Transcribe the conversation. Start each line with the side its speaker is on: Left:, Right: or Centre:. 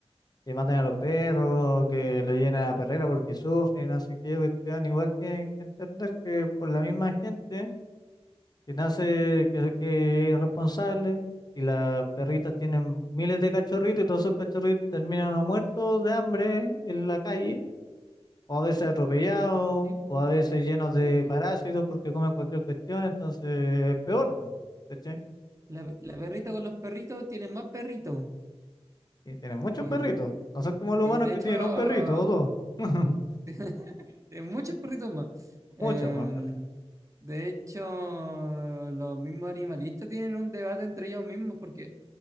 Left: que maten a los perros, que lo lleven a la perrera porque sufren, no sé qué cuestión. Igual tienen que entender que por la misma gente que nace, que, que es responsable, y las perritas tienen miles de cachorritos y todos esos cachorritos terminan o muertos de hambre en la calle, o a veces atropellados,
Right: Sí, po,
Left: o a veces llenos de
Right: sí, po.
Left: parásitos porque comen cualquier cuestión, entonces es peor, pues, ¿cachai?
Right: La, la perrita con los perritos tienen más perritos.
Left: Y tienen muchos
Right: Eh,
Left: perritos, no son como los
Right: y
Left: humanos
Right: de
Left: que
Right: hecho,
Left: tienen un perrito o dos, <laughs>
Right: <laughs> Eh, Muchos perritos más. Em,
Left: muchos más perritos.
Right: de hecho, los mismos animalistas tienen un debate entre ellos mismos porque,